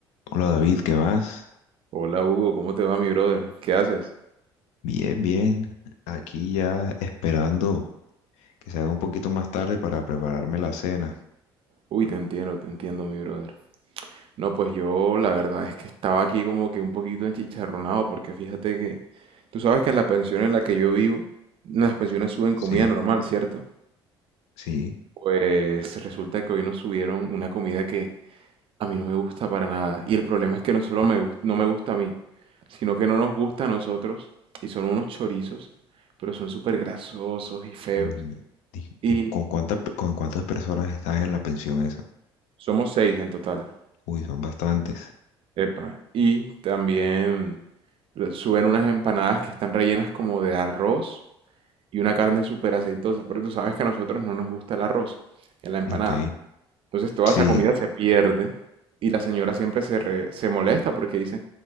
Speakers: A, on the left; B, on the right.
A: Hola David, ¿qué más?
B: Hola Hugo, ¿cómo te va mi brother? ¿Qué haces?
A: Bien, bien. Aquí ya esperando que se haga un poquito más tarde para prepararme la cena.
B: Uy, te entiendo, te entiendo mi brother. No, pues yo la verdad es que estaba aquí como que un poquito enchicharronado porque fíjate que tú sabes que en la pensión en la que yo vivo, las pensiones suben
A: Sí,
B: comida normal, ¿cierto?
A: sí.
B: Pues resulta que hoy nos subieron una comida que a mí no me gusta para nada. Y el problema es que no solo me gus- no me gusta a mí, sino que no nos gusta a nosotros y son unos chorizos, pero son súper grasosos y feos.
A: Mm, di-
B: Y
A: di- ¿Con cuántas, pe- con cuántas personas estás en la pensión esa?
B: somos seis en total.
A: Uy, son bastantes.
B: Epa, y también lo- suben unas empanadas que están rellenas como de arroz y una carne súper aceitosa, pero tú sabes que a nosotros no nos gusta el arroz en la empanada.
A: Ok.
B: Entonces toda
A: Sí,
B: esa comida se pierde y la señora siempre se, re- se molesta porque dice,